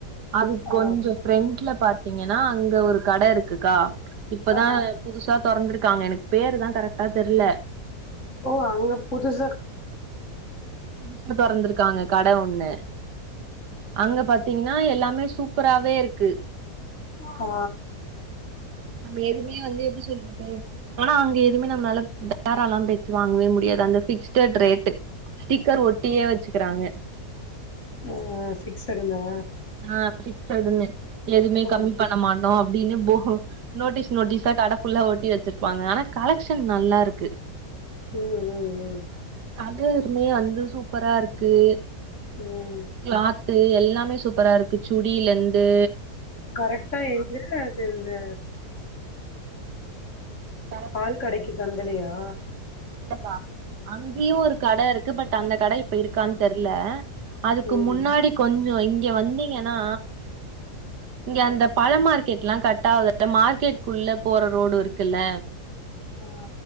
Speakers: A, on the right (about 80°); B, on the left (about 45°).
A: அதுக்கு
B: ஆ
A: கொஞ்சோ ஃப்ரெண்ட்ல பாத்தீங்கன்னா அங்க ஒரு கடை இருக்குக்கா இப்பதா
B: ஆ
A: புதுசா தொறந்துருக்காங்க எனக்கு பேரு தா கரெக்டா தெரில
B: ஓ அங்க புதுசா
A: புதுசா தொறந்துருக்காங்க கடை ஒண்ணு அங்க பாத்தீங்கன்னா எல்லாமே சூப்பராவே இருக்கு
B: ஆ
A: நாம எதுவுமே வந்து எப்டி சொல்றது ஆனா அங்க எதுவுமே நம்மளால பேரலாம் பேச்சி வாங்கவே முடியாது அந்த பிக்ஸ்டட் ரேட்டு ஸ்டிக்கர் ஒட்டியே வச்சிகிறாங்க
B: ஆ பிக்ஸ்டுனா
A: ஆ பிக்ஸடுன்னு எதுமே
B: ம்
A: கம்மி பண்ண மாட்டோம் அப்டின்னு போ நோட்டீஸ் நோட்டீஸா கட ஃபுல்லா ஒட்டி வச்சிருப்பாங்க ஆனா கலக்ஷன் நல்லா இருக்கு
B: ம் ம் ம்
A: கலருமே வந்து சூப்பரா இருக்கு
B: ம்
A: கிளாத்து எல்லாமே சூப்பரா இருக்கு சுடி லெந்து
B: கரெக்ட்டா எங்க அது இது
A: தட
B: பால் கடைக்கு தந்தலியா
A: இல்லப்பா அங்கியும் ஒரு கட இருக்கு பட் அந்த கடை இப்ப இருக்கான் தெர்ல அதுக்கு
B: ம்
A: முன்னாடி கொஞ்சம் இங்க வந்தீங்கன்னா இங்க அந்த பழம் மார்க்கெட்லாம் கட் ஆகுது இல்ல மார்க்கெட்குள்ள போற ரோடு இருக்குல்ல
B: ஆ